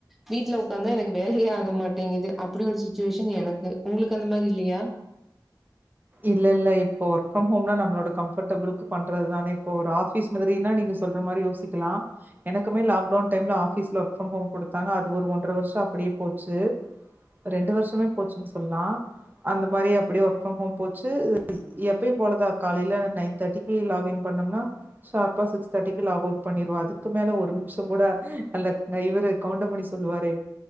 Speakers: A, in the centre; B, on the right.
A: வீடல உக்காந்தா எனக்கு வேலையே ஆக மாட்டேங்குது அப்டி ஒரு சுச்சுவேஷன் எனக்கு உங்ளுக்கு அந்த மாரி இல்லியா
B: இல்ல இல்ல இப்போ ஒர்க் ப்ரம் ஹோம் நம்மளோட கம்ர்டபி பண்றதுதானே இப்ப ஒரு ஆபீஸ் மாதுரினா நீங்க சொல்ற மாரி யோசிக்கலா எனக்குமே லாக்டவுன் டைம் ஆபீஸ்ல ஒர்க் ஃப்ரம் ஹோம் குடுத்தாங்க அது ஒரு ஒன்றர வர்ஷ அப்படியே போச்சு ரெண்டு வருஷமே போச்சுன் சொல்லா அந்த மாரி அப்புடியே ஒர்க்ம் ஃ ப்ரம் போச் எப்பயு போலதா காலையில நைன் தேர்ட்டிக்கு பண்ணம்னா ஷார்ப்பா சிக்ஸ் தேர்டிக்கு லாக் அவுட் பண்ணிருவ அதுக்கு மேல ஒரு நிம்ஷங்கூட அந்த இவுரு கவுண்டமணி சொல்வாரே